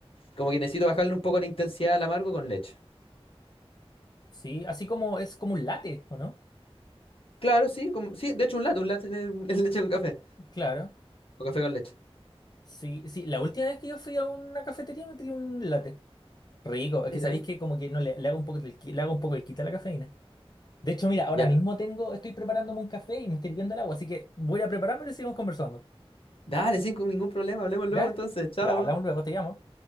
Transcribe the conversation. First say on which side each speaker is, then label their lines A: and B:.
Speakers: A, on the left; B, on the left.
A: como que necesito bajarle un poco la intensidad al amargo con leche.
B: Sí, así como es como un latte, ¿o no?
A: Claro, sí, como sí, de hecho un latte, un latte es es <laughs> leche con café,
B: Claro.
A: o café con leche.
B: Sí, sí. La última vez que yo fui a una cafetería me pedí un latte. Rico. Es
A: Mira,
B: que sabéis que como que no le, le hago un poco el, qui- le hago un poco el quita a la cafeína. De hecho, mira, ahora
A: ya.
B: mismo tengo, estoy preparándome un café y me estoy hirviendo el agua, así que voy a prepararme y lo seguimos conversando.
A: Dale, sin ningún problema, hablemos luego
B: ¿Ya?
A: entonces, chao.
B: Ya, hablamos luego, te llamo.